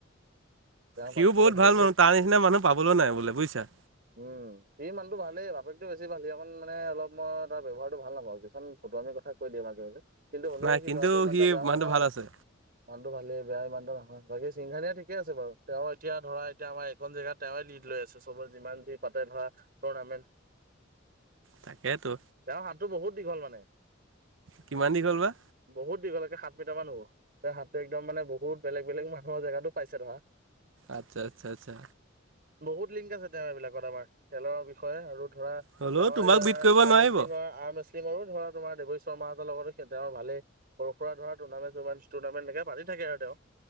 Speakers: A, on the right (about 50°); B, on the right (about 75°).
A: তেওঁ
B: সিও
A: পাতিছিলে
B: বহুত
A: ভালকে
B: ভাল মানুহ
A: খেল
B: তাৰ নিচিনা মানুহ পাবলৈ নাই বোলে বুইছা।
A: উম, সি মানুহটো ভালেই বাপেকটো বেছি ভাল সিকণ মানে অলপ মই তাৰ ব্যৱহাৰটো ভাল নাপাওঁ, কিছুমান ফটুৱামী আমি কথা কৈ দিয়ে মাজে, মাজে। কিন্তু হ'লেও
B: নাই
A: সি
B: কিন্তু
A: ল'ৰাটো ইমান
B: সি
A: এটা বেয়াও
B: মানুহটো
A: নহয়।
B: ভাল আছে।
A: মানুহটো ভালেই বেয়া ইমানটো নহয়, বাকী সিংহানিয়া ঠিকে আছে বাৰু তেওঁ এতিয়া ধৰা এতিয়া আমাৰ এইকন জেগাত তেওঁয়ে লিদ। লৈ আছে, চবৰে যিমান যি পাতে ধৰা টুৰ্ণামেণ্ট।
B: তাকেইতো।
A: তেওঁৰ হাতটো বহুত দীঘল মানে
B: কিমান দীঘল বা
A: বহুত দীঘল। সাত মিটাৰ মান হ'ব, সাতটো একদম মানে বহুত বেলেগ, বেলেগ মানুহৰ জেগাতো পাইছে ধৰা।
B: আচ্ছা, আচ্ছা, আচ্ছা।
A: বহুত লিংক আছে, তেওঁ এইবিলাকত আমাৰ খেলৰ বিষয়ে আৰু ধৰা
B: হ'লেও
A: তেওঁৰ
B: তোমাক বিট কৰিব
A: আৰ
B: নোৱাৰিব
A: মেচলিঙৰ, আৰ মেচলিঙৰো ধৰা তোমাৰ দে শৰ্মাহঁতৰ লগতো তেওঁৰ ভালেই, সৰু সুৰা ধৰা টুৰ্নামেট, ষ্টুডমেন্টপাতি থাকে আৰু তেওঁ।